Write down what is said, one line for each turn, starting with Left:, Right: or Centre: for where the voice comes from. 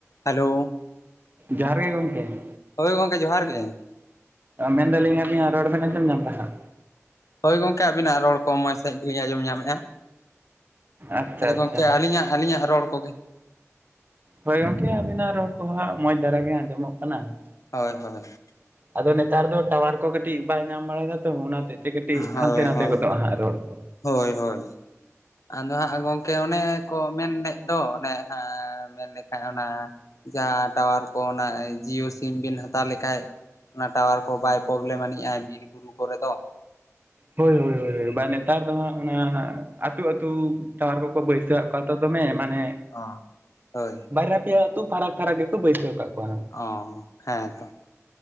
Left: Hello,
Right: ᱡᱚᱦᱟᱨ ᱜᱮ ᱜᱚᱢᱠᱮ ᱾
Left: ᱦᱳᱭ ᱜᱚᱢᱠᱮ ᱡᱚᱦᱟᱨ ᱜᱮ ᱾
Right: ᱢᱮᱱᱫᱟᱞᱤᱧ ᱟᱹᱞᱤᱧᱟᱜ ᱨᱚᱲ ᱵᱮᱱ ᱟᱡᱚᱢ ᱧᱟᱢᱮᱫᱟ?
Left: ᱦᱳᱭ ᱜᱚᱢᱠᱮ ᱟᱵᱤᱱᱟᱜ ᱨᱚᱲ ᱠᱚ ᱢᱚᱡᱽ ᱥᱟᱦᱤᱜ ᱜᱮᱞᱤᱧ ᱟᱸᱡᱚᱢ ᱧᱟᱢᱮᱜᱼᱟ ᱾
Right: ᱟᱪᱪᱷᱟ
Left: ᱛᱟᱦᱚᱞᱮ
Right: ᱟᱪᱪᱷᱟ
Left: ᱜᱚᱢᱠᱮ ᱟᱹᱞᱤᱧᱟᱜ ᱟᱹᱞᱤᱧᱟᱜ ᱨᱚᱲ ᱠᱚᱜᱮ,
Right: ᱦᱳᱭ ᱜᱚᱢᱠᱮ ᱟᱵᱤᱱᱟᱜ ᱨᱚᱲ ᱠᱚᱦᱚᱸ ᱢᱚᱸᱡᱽ ᱫᱷᱟᱨᱟ ᱜᱮ ᱟᱸᱡᱚᱢᱚᱜ ᱠᱟᱱᱟ ᱾
Left: ᱦᱳᱭ ᱦᱳᱭ ᱾
Right: ᱟᱫᱚ ᱱᱮᱛᱟᱨ ᱫᱚ ᱴᱟᱣᱟᱨ ᱠᱚ ᱠᱟᱹᱴᱤᱡ ᱵᱟᱭ ᱧᱟᱢ ᱵᱟᱲᱟᱭᱟ ᱛᱚ ᱚᱱᱟᱛᱮ ᱾ ᱠᱟᱹᱴᱤᱡ ᱠᱟᱹᱴᱤᱡ
Left: ᱦᱳᱭ
Right: ᱦᱟᱱᱛᱮ ᱱᱟᱛᱮ
Left: ᱦᱳᱭ
Right: ᱜᱚᱫᱚᱜᱼᱟ ᱦᱟᱸᱜ ᱨᱚᱲ ᱠᱚ,
Left: ᱦᱳᱭ ᱦᱳᱭ, ᱟᱫᱚ ᱦᱟᱸᱜ ᱜᱚᱢᱠᱮ ᱚᱱᱮ ᱠᱚ ᱢᱮᱱᱮᱫ ᱫᱚ ᱚᱱᱮ ᱢᱮᱱ ᱞᱮᱠᱷᱟᱡ ᱚᱱᱟ ᱡᱟᱦᱟᱸ ᱴᱟᱣᱟᱨ ᱠᱚ ᱚᱱᱟ ᱡᱤᱭᱳ ᱥᱤᱢ ᱵᱤᱱ ᱦᱟᱛᱟᱣ ᱞᱮᱠᱷᱟᱡ ᱚᱱᱟ ᱴᱟᱣᱟᱨ ᱠᱚ ᱵᱟᱭ ᱯᱨᱚᱵᱞᱮᱢ ᱟᱹᱱᱤᱡᱟᱭ ᱵᱤᱨ ᱵᱩᱨᱩ ᱠᱚᱨᱮ ᱫᱚ ᱾
Right: ᱦᱳᱭ ᱦᱳᱭ ᱱᱮᱛᱟᱨ ᱫᱚ ᱦᱟᱸᱜ ᱚᱱᱟ ᱟᱹᱛᱩ ᱟᱹᱛᱩ ᱴᱟᱣᱟᱨ ᱠᱚᱠᱚ ᱵᱟᱹᱭᱥᱟᱹᱣᱟᱜ <inaudible> ᱫᱚᱢᱮ ᱢᱟᱱᱮ
Left: ᱚ ᱦᱳᱭ
Right: ᱵᱟᱨᱭᱟ ᱯᱮᱭᱟ ᱟᱹᱛᱩ ᱯᱷᱟᱨᱟᱠ ᱯᱷᱟᱨᱟᱠ ᱜᱮᱠᱚ ᱵᱟᱹᱭᱥᱟᱹᱣ ᱠᱟᱜ ᱠᱚᱣᱟ᱾
Left: ᱚ ᱦᱮᱸ ᱛᱚ ᱾